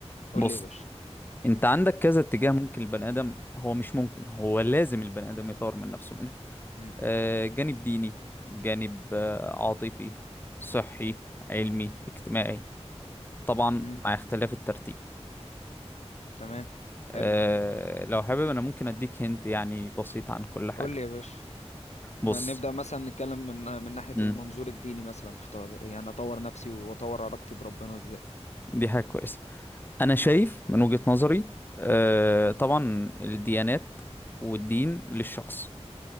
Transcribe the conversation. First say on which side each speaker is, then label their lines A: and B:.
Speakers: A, on the left (about 80°); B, on the left (about 20°).
A: قول
B: بص
A: لي يا باشا
B: انت عندك كذا اتجاه ممكن البني آدم هو مش ممكن هو لازم البني آدم يطور من نفسه منها
A: امم
B: آه، جانب ديني جانب آه، عاطفي صحي علمي اجتماعي طبعا
A: امم
B: مع اختلاف الترتيب
A: تمام
B: آه،
A: حلو
B: لو حابب انا ممكن اديك هنت يعني بسيط عن كل حاجة
A: قول لي يا باشا
B: بص
A: ما نبدأ مثلا نتكلم من من ناحية
B: مم.
A: المنظور الديني مثلا في طو- يعني أطور نفسي وأطور علاقتي بربنا إزاي
B: دي حاجة كويسة انا شايف من وجهة نظري آه، طبعا الديانات والدين للشخص